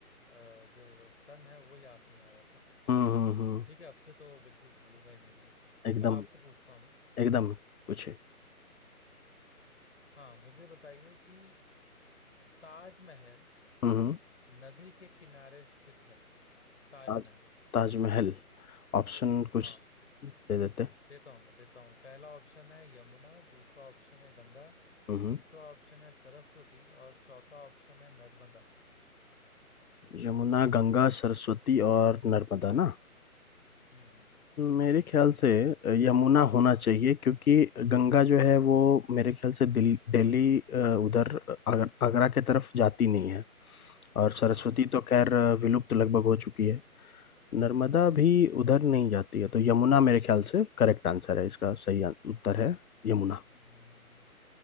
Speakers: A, on the left; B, on the left.
A: अ, जो सन है वो याद नहीं आ रहा था
B: हम्म हम्म हम्म,
A: ठीक है आपसे तो बिल्कुल भूलूंगा ही नहीं मैं
B: एकदम
A: अब आपसे पूछता हूँ मैं
B: एकदम पूछे
A: हाँ मुझे बताइए कि ताजमहल
B: हम्म हम्म,
A: किस नदी के किनारे स्थित है ताजमहल
B: ताज ताजमहल ऑप्शन कुछ
A: हाँ
B: दे देते
A: देता हूं मैं देता हूँ पहला ऑप्शन है यमुना दूसरा ऑप्शन है गंगा
B: हम्म
A: तीसरा ऑप्शन है सरस्वती और चौथा ऑप्शन है नर्मदा
B: यमुना गंगा सरस्वती और नर्मदा ना
A: हम्म हम्म
B: मेरे ख्याल से यमुना होना चाहिए क्योंकि गंगा जो है वो मेरे ख्याल से दिल दिल्ली अ, उधर आगर, आगरा के तरफ जाती नहीं है और सरस्वती
A: हम्म,
B: तो खैर अ, विलुप्त लगभग हो चुकी है नर्मदा भी उधर नहीं जाती है तो यमुना मेरे ख्याल से करेक्ट आंसर है इसका सही आं- उत्तर है यमुना
A: हम्म।